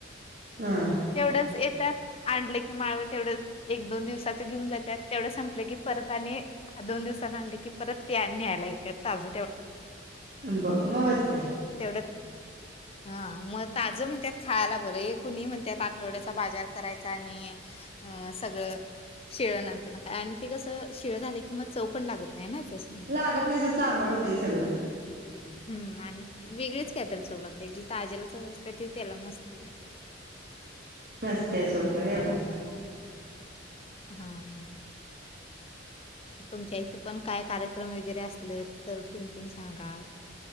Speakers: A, on the right; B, on the left.
A: ह
B: तेवढच येतात आणले की माळव तेवढ एक दोन दिवसात ते घेऊन जात्यात तेवढ संपल की परत आणि दोन दिवसान आणल की परत ते आणि न्यायला येतात ताज
A: बघ म मस्ताय.
B: तेवढंच हा मग ताज म्हणत्यात खायला बरं एक कुणी म्हणत्यात आठवड्याचा बाजार करायचा आणि अ सगळ शिळ नंतर आणि ते कस शिळ झाल कि मग चव पण लागत नाही ना त्यासनी.
A: लागत नाही ज चाम <unintelligible> सगळं
B: हं. आणि वेगळीच कायतर चव लागते. जी ताजेला चव असते ती त्याला नसते.
A: <unintelligible> सोड खरं एवढं
B: हं हम तुमच्या इथं पण काय कार्यक्रम वगैरे असले, तर तुम्ही पण सांगा.